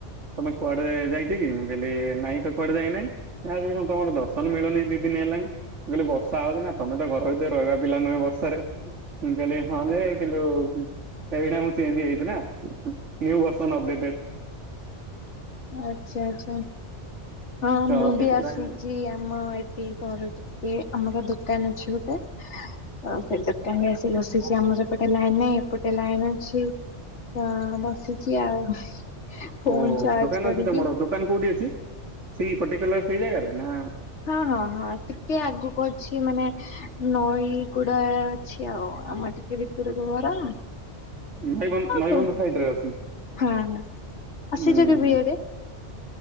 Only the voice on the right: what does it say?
ତମେ କୁଆଡେ ଯାଇ କି ମୁଁ କିଲଲି ନାଇଁ ତ କୁଆଡେ ଯାଇନାାଇଁ ଆଜି କଣ ତମର ଦର୍ଶନ ମିଳୁନି ଦି ଦିନ ହେଲାଣି। କହିଲେ ବର୍ଷା ହଉଛି ନା ତମେ ତ ଘର ଭିତରେ ରହିବା ପିଲା ନୁହେଁ ବର୍ଷାରେ ମୁ କହଲି ହଁଯେ କିନ୍ତୁ ଏଇନା ମୁଁ ଚେଞ୍ ହେଯାଛି ନା। ନ୍ୟୁ ବର୍ଷନ ଅପଡେଟେଡ।
ତ
ସେଥିପାଇଁ
ଓ
ଦୋକାନ
ଅଛି ତମର ଦୋକାନ କୋଉଠି ଅଛି ସେ ପର୍ଟିକୁଲାର ସେଇ ଜାଗାରେ ନା?
ନଈବନ୍ଧ
ନଈବନ୍ଧ
ସାଇଡରେ ଅଛି
ହୁଁ
ହୁଁ।